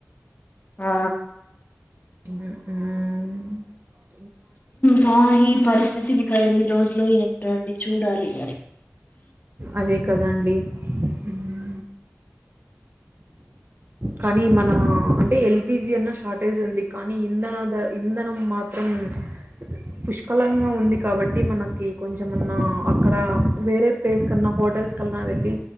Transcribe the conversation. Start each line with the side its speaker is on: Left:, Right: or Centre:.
Left: ఆ
Right: ఉహూ
Left: బా ఈ పరిస్థితి ఇంకా ఎన్ని రోజులో ఏమో ట్టడి చూడాలి అ
Right: అదే కదండీ! హ్మ్. కానీ మనం అంటే ఎల్పిజీ అన్నా షార్టేజ్ ఉంది కానీ ఇంధన ఇంధనం మాత్రం అ పుష్కలంగా ఉంది కాబట్టి మనకి కొంచమన్నా అక్కడ వేరే ప్లేస్ కన్నా హోటల్స్ కన్నా వెళ్ళి